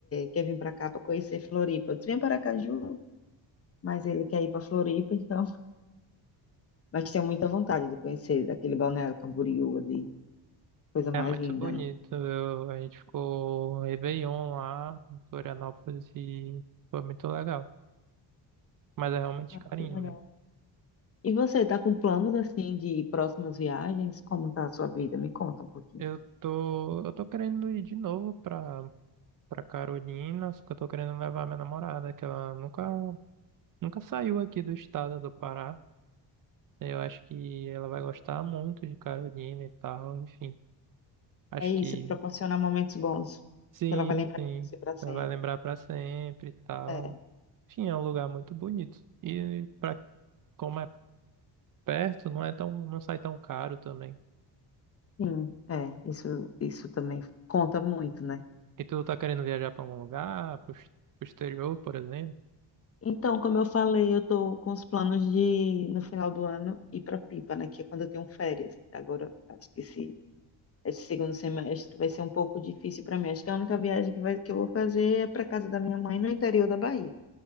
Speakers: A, on the left (about 30°); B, on the right (about 45°).
A: quer vir para cá para conhecer Floripa. Eu disse, vem para Aracaju, mas ele quer ir para Floripa, <laughs> então. Mas tenho muita vontade de conhecer aquele Balneário Camboriú ali, coisa mais
B: É muito
A: linda,
B: bonito.
A: né?
B: Eu- a gente ficou um Réveillon lá em Florianópolis e foi muito legal. Mas é realmente
A: Ah,
B: carinho
A: que legal.
B: mesmo.
A: E você está com planos assim de próximas viagens? Como está a sua vida? Me conta um pouquinho.
B: Eu tô, eu tô querendo ir de novo pra, pra Carolina, só que eu tô querendo levar minha namorada, que ela nunca Nunca saiu aqui do estado do Pará. Eu acho que ela vai gostar muito de Carolina e tal, enfim. Acho
A: É
B: que
A: isso, proporcionar momentos bons
B: sim,
A: que ela vai lembrar
B: sim.
A: de você para sempre.
B: Ela vai lembrar pra sempre e tal.
A: É,
B: Enfim, é um lugar muito bonito. E pra, como é perto, não é tão, não sai tão caro também.
A: sim, é, isso, isso também conta muito, né?
B: E tu tá querendo viajar pra algum lugar, pro, ex- pro exterior, por exemplo?
A: Então, como eu falei, eu tô com os planos de, no final do ano, ir pra Pipa, né? Que é quando eu tenho férias. Agora, acho que esse, esse segundo semestre vai ser um pouco difícil pra mim. Acho que a única viagem que, vai, que eu vou fazer é pra casa da minha mãe, no interior da Bahia.